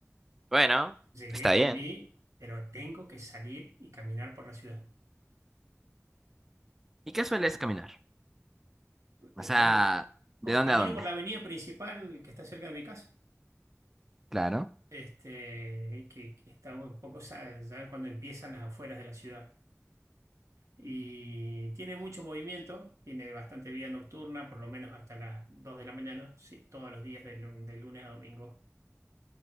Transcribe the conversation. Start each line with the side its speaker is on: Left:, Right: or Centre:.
Centre: Bueno,
Right: Llegué,
Centre: está
Right: comí,
Centre: bien.
Right: pero tengo que salir y caminar por la ciudad.
Centre: ¿Y qué sueles caminar? O
Right: Eh,
Centre: sea,
Right: ¿Cómo? Co-
Centre: ¿de dónde
Right: Camino
Centre: a dónde?
Right: por la avenida principal que está cerca de mi casa.
Centre: Claro,
Right: este, que, que está un poco sa- ya, cuando empiezan las afueras de la ciudad. Y tiene mucho movimiento, tiene bastante vida nocturna, por lo menos hasta las 2 de la mañana, sí, todos los días de, lu- de lunes a domingo.